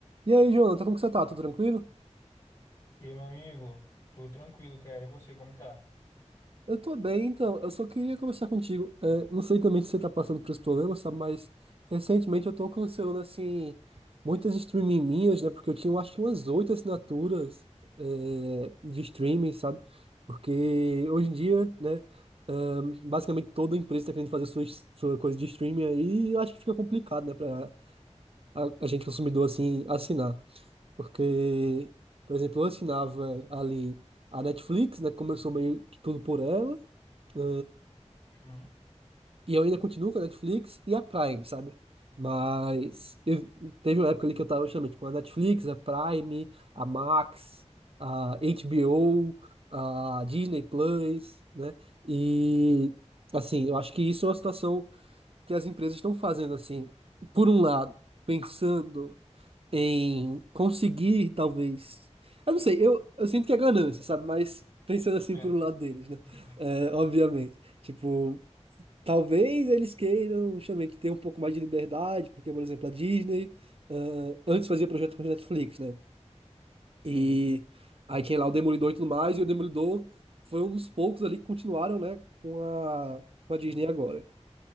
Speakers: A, on the right; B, on the left.
A: E aí, Jonathan, como que você tá? Tudo tranquilo?
B: E aí, meu amigo? Tudo tranquilo, cara. E você, como tá?
A: Eu tô bem, então. Eu só queria conversar contigo. É, não sei também se você tá passando por esse problema, sabe? Mas recentemente eu tô cancelando, assim, muitas streaming minhas, né? Porque eu tinha, eu acho que umas oito assinaturas, é, de streaming, sabe? Porque hoje em dia, né? é, basicamente toda empresa tá querendo fazer sua, sua coisa de streaming aí. E eu acho que fica complicado, né? Pra a, a gente consumidor, assim, assinar. Porque, por exemplo, eu assinava ali a Netflix, né? Começou meio que tudo por ela. né,
B: Uhum.
A: E eu ainda continuo com a Netflix e a Prime, sabe? Mas eu, teve uma época ali que eu tava justamente com a Netflix, a Prime, a Max, a HBO, a Disney Plus, né? E assim, eu acho que isso é uma situação que as empresas estão fazendo assim, por um lado, pensando em conseguir, talvez. Eu não sei, eu, eu sinto que é ganância, sabe? Mas pensando assim
B: É.
A: por um lado
B: <laughs>
A: deles, né? É, obviamente. Tipo, talvez eles queiram justamente ter um pouco mais de liberdade, porque, por exemplo, a Disney, ah, antes fazia projeto com a Netflix, né? E
B: Sim.
A: aí tinha lá o Demolidor e tudo mais, e o Demolidor foi um dos poucos ali que continuaram, né, com a, com a Disney agora.